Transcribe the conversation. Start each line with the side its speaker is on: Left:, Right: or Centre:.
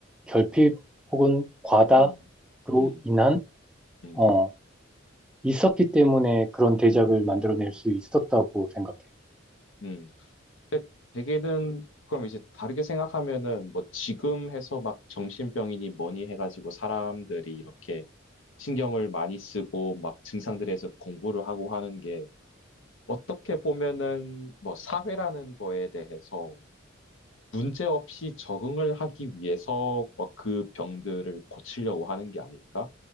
Centre: 결핍 혹은 과다로
Left: 음, 음,
Centre: 인한,
Left: 음, 음,
Centre: 어, 있었기 때문에 그런 대작을
Left: 음, 음, 음,
Centre: 만들어낼 수 있었다고 생각해.
Left: 음. 대개는 그럼 이제 다르게 생각하면은 뭐 지금 해서 막 정신병이니 뭐니 해가지고 사람들이 이렇게 신경을 많이 쓰고 막 증상들에서 공부를 하고 하는 게 어떻게 보면은 뭐 사회라는 거에 대해서 문제 없이 적응을 하기 위해서 뭐 그 병들을 고치려고 하는 게 아닐까?